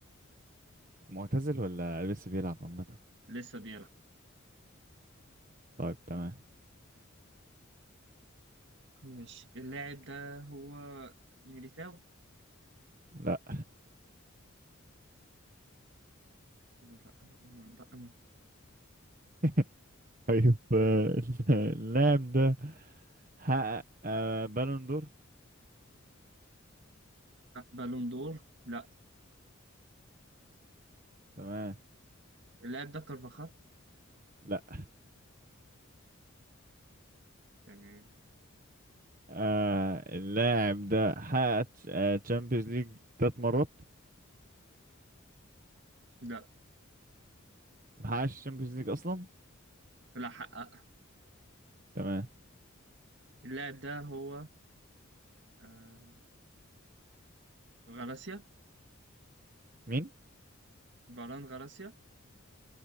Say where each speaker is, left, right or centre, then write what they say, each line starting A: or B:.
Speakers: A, on the right (about 40°); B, on the right (about 60°).
A: معتزل ولا لسه بيلعب عامة
B: لسه بيلعب
A: طيب تمام
B: ماشي اللاعب ده هو ميليتاو
A: لا
B: لا بقى
A: <laughs> طيب آه، <laughs> اللاعب ده حقق آه، بالون دور
B: بالون دور لا
A: تمام
B: اللاعب ده كارفاخال
A: لا
B: تمام
A: آه، اللاعب ده حقق تشامبيونز ليج تلات مرات
B: لا
A: ما حققش تشامبيونز ليج اصلا
B: لا حقق
A: تمام
B: اللاعب ده هو آه، غراسيا
A: مين
B: فاران غراسيا